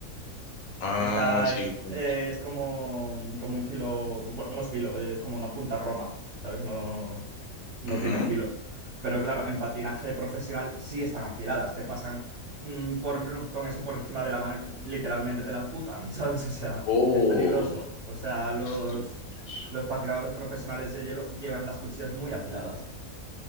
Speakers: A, on the left (about 75°); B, on the right (about 60°).
A: ah,
B: Está,
A: sí,
B: es,
A: pues,
B: eh, es como, como un filo, bueno, no es filo, es como una punta roma, ¿sabes? No, no
A: ajá.
B: tiene filo. Pero claro, en patinaje profesional sí están afiladas, te pasan mm, por, con eso por encima de la mano y literalmente te la amputan, <laughs> ¿sabes? O sea,
A: Oh,
B: es peligroso. O sea, los,
A: sí, tienes
B: los patinadores profesionales de hielo llevan las cuchillas muy afiladas.